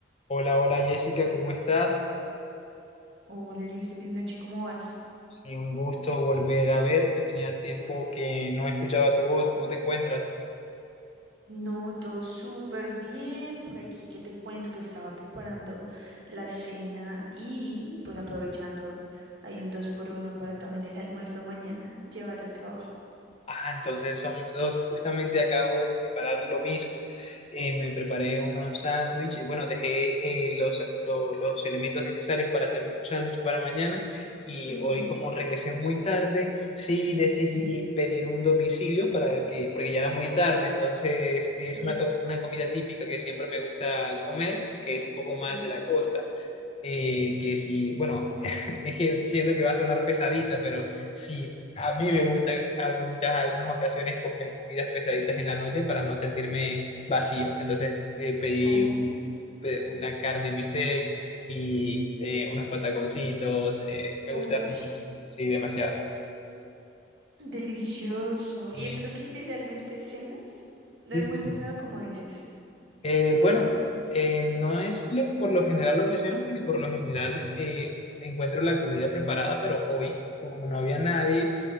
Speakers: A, on the left; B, on the right.
A: Hola, hola Jessica, ¿cómo estás?
B: Hola Luis, feliz noche, ¿cómo vas?
A: Sí, un gusto volver a verte. Tenía tiempo que no escuchaba tu voz. ¿Cómo te encuentras?
B: No, todo súper bien por aquí, que te cuento que estaba preparando la cena y pues aprovechando, hay un dos por uno para también el almuerzo mañana, <laughs> llevar al trabajo.
A: Ah, entonces somos dos. Justamente acabo de preparar lo mismo. Eh, me preparé unos sándwiches. Bueno, dejé eh, los, lo- los elementos necesarios para hacerme un sándwich para mañana. Y
B: Ujú,
A: hoy, como regresé muy tarde, sí decidí
B: sí,
A: pedir un domicilio para que, porque ya era muy tarde. Entonces,
B: sí.
A: es una, to- una comida típica que siempre me gusta comer, que es un poco más
B: Mm,
A: de la costa. eh, que si, bueno es que <laughs> siento que va a sonar pesadita, pero sí, a mí me gusta a muchas- algunas ocasiones comer comidas pesaditas en la noche para no sentirme vacío. Entonces eh, pedí
B: Oh,
A: un- pe- una carne en bistec y eh, unos pataconcitos, eh, me
B: ush,
A: gustaron mucho, sí, demasiado.
B: delicioso.
A: Y,
B: ¿Y eso es lo que generalmente cenas? No
A: mm,
B: es muy pesado como dices.
A: eh, bueno, eh, no es lo- por lo general lo que ceno, porque por lo general eh, encuentro la comida preparada, pero hoy, como no había nadie,